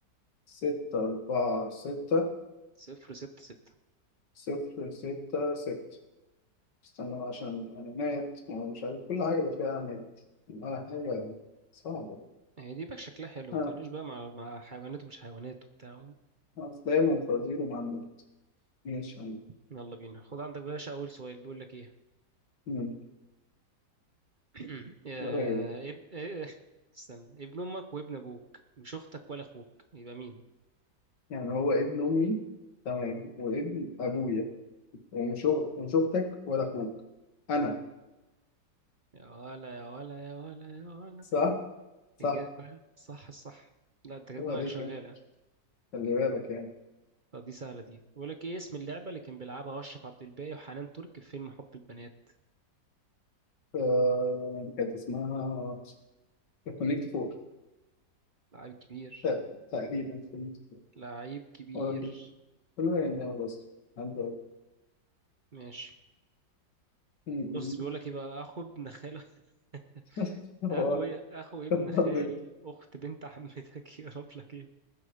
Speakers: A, on the left; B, on the right.
A: ستة أربعة ستة
B: صفر ستة ستة
A: صفر ستة ستة استنى بقى عشان إعلانات ومش عارف كل حاجة بقى فيها إعلانات والله حاجة صعبة
B: هي دي باك شكلها حلو
A: آه
B: ما تقوليش بقى مع مع حيوانات ومش حيوانات وبتاع
A: أفلام وفوازير ومعلومات ماشي يا عم.
B: يلا بينا خد عندك بقى يا باشا أول سؤال بيقول لك إيه
A: مم.
B: <clears throat> يا
A: أيوه
B: اب... إيه- إيه، استنى ابن أمك وابن أبوك مش أختك ولا أخوك يبقى مين
A: يعني هو ابن أمي تمام وابن أبويا ومش أخ- ومش أختك ولا أخوك أنا
B: يا ولا يا ولا يا ولا يا ولا
A: صح صح
B: إجابة صح الصح لا أنت كده
A: هو
B: دماغك
A: ده
B: شغالة
A: كان. خلي بالك يعني
B: طب دي سهلة دي بيقول لك إيه اسم اللعبة اللي كان بيلعبها أشرف عبد الباقي وحنان ترك في فيلم حب البنات
A: آه كانت اسمها كونكت فور
B: لعيب كبير
A: ت- تقريبا فهمت
B: لعيب كبير
A: اقول لك كله يعني انا بس عبد
B: ماشي
A: الله.
B: بص بيقول لك ايه بقى اخو ابن خال <laughs>
A: <laughs> هو
B: اخوي اخو ابن
A: برضه
B: خال اخت بنت عمتك <laughs> يا رب لك ايه